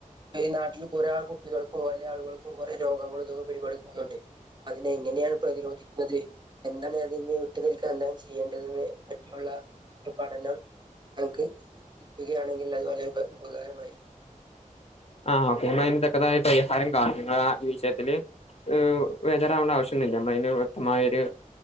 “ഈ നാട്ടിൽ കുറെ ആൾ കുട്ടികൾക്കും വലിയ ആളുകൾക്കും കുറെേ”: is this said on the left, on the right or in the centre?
Right